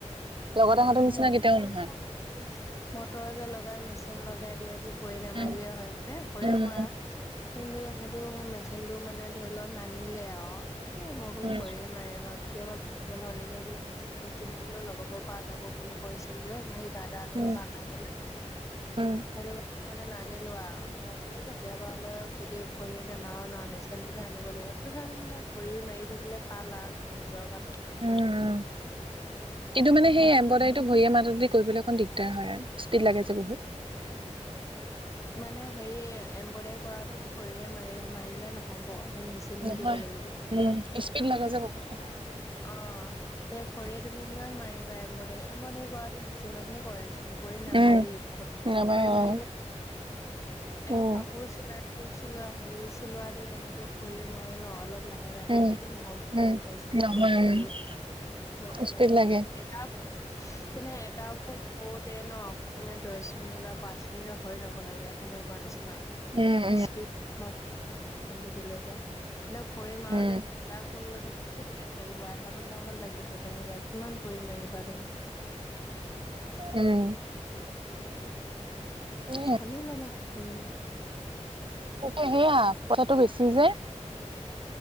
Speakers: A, on the right (about 45°); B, on the left (about 25°).
A: লগতে
B: অ
A: অহাটো নিচিনা
B: মোৰ
A: কেতিয়াও নহয়
B: মটৰ যে লগ লগ মেচিন লগাই দিয়ে যে ভৰি নেমাৰিলেও
A: উম
B: হয় নে ভৰিও
A: উম
B: মৰা কিন্তু সেইটোৰ মেচিন টো মানে ধৰি লওক নানিলে আও এ মই বোলো
A: উম
B: ভৰিয়ে মাৰিম আও কেতিয়াবা লাগতিয়াল হলেগে বোলে মেচিনটো কিনিম বোলে লগবোৰৰ পৰা যাব বুলি কৈছিল যে দাদা এজন
A: উম উম
B: পা আনাগ বোলে
A: উম
B: সেইটো মানে নানিলোও মই বোলো কেতিয়াবা ল যদি ভৰি নমাৰো ন মেচিনটোকে আনিব লাগিব। তথাপি মানে ভৰি মাৰি থাকিলে ভাল আও ন নিজৰ কাৰণে
A: উম কিন্তু মানে সেই
B: সেইটো
A: এম্ব্ৰইডাৰীটো
B: কাৰণে
A: ভৰিয়া মাতত দি কৰিবলৈ অকণ দিগদাৰ হয় আৰু স্পীড লাগে যে বহুত
B: মানে হেৰি এম্ব্ৰইডাৰী কৰাটো ভৰিয়ে মাৰি মাৰিলে নহব মেচিন
A: নহয়
B: দিব লাগিব
A: উম স্পীড লাগে যে বহুত সেইকাৰণে
B: অ সেই ভৰিয়ে তুমি কিমান মাৰিবা এম্বডাৰী এম্বডাৰী কৰাটো মেচিনতহে কৰে চোন ভৰি নামাৰে
A: উম নাপায়
B: ভৰি মাৰিলে
A: অ
B: এ
A: উম
B: কাপোৰ চিলাই অ চিলোৱা হেৰি চিলোৱাটো যেনেকে ভৰিৰে মাৰো ন অলপ লা হে লাহে
A: উম
B: সেইটো নহ'ব সেইটো
A: উম
B: স্পীড
A: নহয়
B: কৰে হৈ
A: উম
B: যাব
A: স্পীড
B: মানে
A: লাগে
B: এটা যেনে এটা অ দে ন অকমান দহ মিনিট বা পাঁচ মিনিট হৈ যাব লাগে তেনেকোৱা নিচিনা ন
A: উম উম
B: স্পীড নত টো দিলেগে এ ভৰি মাৰো
A: উম
B: দে এটা খোল বহুত টাইম লাগিব আধা ঘন্টামান লাগিব তেনেকে কিমান ভৰি মাৰিবা তুমি
A: উম উম,
B: আনি ল'বা তুমি
A: তাকে সেয়া পইচাটো বেছি যে